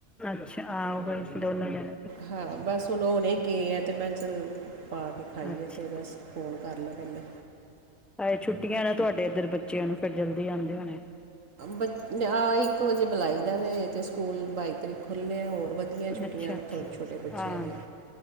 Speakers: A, in the centre; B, on the right.
A: ਅੱਛਾ, ਆਹੋ ਦੋਨੋ ਜਣੇ
B: ਹਾਂ, ਬਸ ਹੁਣ ਉਹ ਹੁਣੇ ਗਏ ਆ, ਤੇ ਮੈਂ ਕਿਹਾ ਚੱਲ ਪਾ ਕੇ ਖਾਈਏ,
A: ਅੱਛਾ
B: ਤੇ ਬਸ ਫੋਨ ਕਰ ਲਾਂ ਪਹਿਲੇ
A: ਅ, ਛੁੱਟੀਆਂ ਨਾ ਤੁਹਾਡੇ ਇੱਧਰ ਬੱਚਿਆਂ ਨੂੰ, ਫਿਰ ਜਲਦੀ ਆਉਂਦੇ ਹੋਣੇ
B: ਬ, ਆਹ ਇੱਕ ਵਜੇ ਬੁਲਾਈ ਦਾ ਵੇ, ਤੇ ਸਕੂਲ ਬਾਈ ਤਰੀਕ ਖੁੱਲੇਣੇ ਹੈ, ਹੋਰ ਵਧੀਆ ਛੁੱਟੀਆਂ
A: ਅੱਛਾ ਅੱਛਾ
B: ਛੋਟੇ ਬੱਚਿਆਂ
A: ਆਹ
B: ਦੀਆਂ